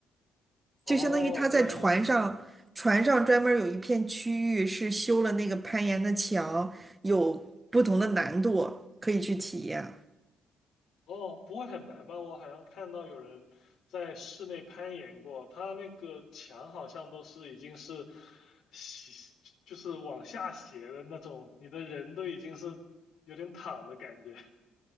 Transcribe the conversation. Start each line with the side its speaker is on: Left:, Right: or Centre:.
Left: 哦，
Right: 就相当于他在船上，
Left: 攀岩，
Right: 船上专门有一片区域是修了那个攀岩的墙，有不同的难度可以去体验。
Left: 哦，不会很难吧？我好像看到有人在室内攀岩过，他那个墙好像都是已经是斜，就是往下斜的那种，你的人都已经是有点躺的感觉。